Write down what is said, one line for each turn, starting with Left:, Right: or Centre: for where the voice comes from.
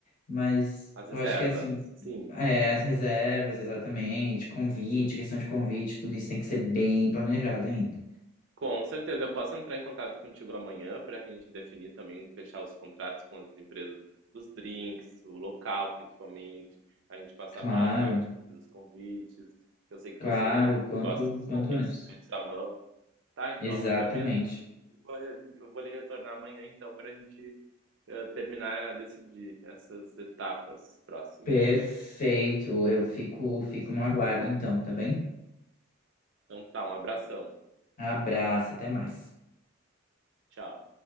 Left: Mas
Right: As
Left: eu
Right: reservas,
Left: acho que assim,
Right: sim,
Left: é, as reservas, exatamente, convite, questão de convite, tudo isso tem que ser bem planejado ainda.
Right: com certeza. Eu posso entrar em contato contigo amanhã para a gente definir também, fechar os contratos com as empresas dos drinks, o local principalmente, a gente passar
Left: Claro,
Right: pela parte dos convites, que eu sei que
Left: claro,
Right: você
Left: quanto
Right: gosta dos
Left: quanto
Right: convites
Left: antes.
Right: feitos à mão. Tá, então
Left: Exatamente.
Right: amanhã mesmo eu vou lhe, vou eu vou lhe retornar amanhã, então, para a gente eh, terminar a decidir essas etapas próximas.
Left: Perfeito. Eu fico fico no aguardo então, tá bem?
Right: Então tá, um abração.
Left: Abraço, até mais.
Right: Tchau.